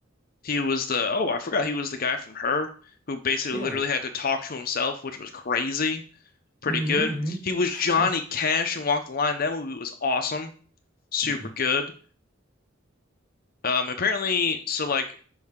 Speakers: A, on the left; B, on the right.
A: he was the, oh, I forgot he was the guy from Her who basically
B: yeah.
A: literally had to talk to himself, which was crazy. Pretty
B: hmm
A: good.
B: hmm
A: He was Johnny
B: Yeah.
A: Cash in Walk the Line. That movie was awesome. Super
B: mhm.
A: good. Um, apparently, so like